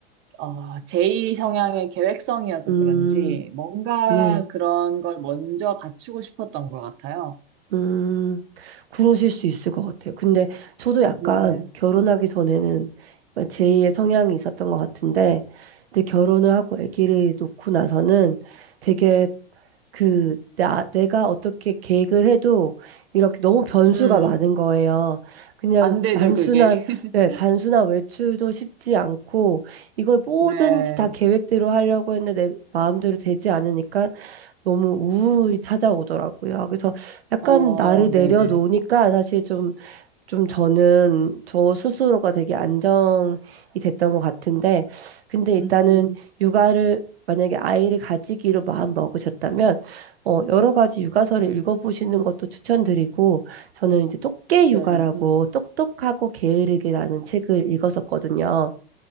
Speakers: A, on the right; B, on the right.
A: 어, 제이 성향의 계획성이어서
B: 음,
A: 그런지 뭔가
B: 네,
A: 그런 걸 먼저 갖추고 싶었던 것 같아요.
B: 음, 그러실 수 있을 것 같아요. 근데 저도 약간
A: 네.
B: 결혼하기 전에는 제2의 성향이 있었던 것 같은데, 근데 결혼을 하고 아기를 놓고 나서는 되게 그, 나, 내가 어떻게 계획을 해도 이렇게 너무 변수가
A: 음.
B: 많은 거예요. 그냥
A: 안 되죠,
B: 단순한,
A: 그게. <laughs>
B: 네, 단순한 외출도 쉽지 않고, 이걸 뭐든지
A: 네.
B: 다 계획대로 하려고 했는데 내 마음대로 되지 않으니까 너무 우울이 찾아오더라고요. 그래서 약간
A: 어,
B: 나를 내려놓으니까
A: 네네.
B: 사실 좀 좀 저는 저 스스로가 되게 안정이 됐던 것 같은데, 근데 일단은
A: 음,
B: 육아를 만약에 아이를 가지기로 마음 먹으셨다면, 어, 여러 가지 육아서를 읽어보시는 것도 추천드리고, 저는 이제 똑개 육아라고
A: 맞아요. 음.
B: 똑똑하고 게으르기라는 책을 읽었었거든요.